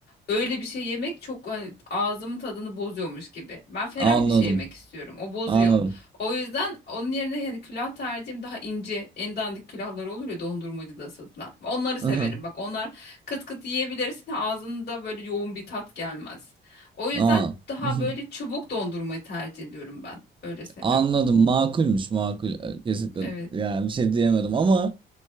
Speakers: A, on the left; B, on the right.
A: öyle bir şey yemek çok e, ağzımın tadını bozuyormuş gibi. Ben ferah
B: anladım
A: bir şey yemek istiyorum. O bozuyor.
B: anladım.
A: O yüzden onun yerine yani külah tercihim daha ince, en dandik külahlar olur ya dondurmacıda satılan. Onları severim.
B: Aha,
A: Bak onlar kıt kıt yiyebilirsin. Ağzında böyle yoğun bir tat gelmez. O yüzden
B: aa,
A: daha
B: Mhm.
A: böyle çubuk dondurmayı tercih ediyorum ben. Öyle seviyorum.
B: Anladım makulmüş makul E, kesinlikle
A: Evet.
B: yani bir şey diyemedim ama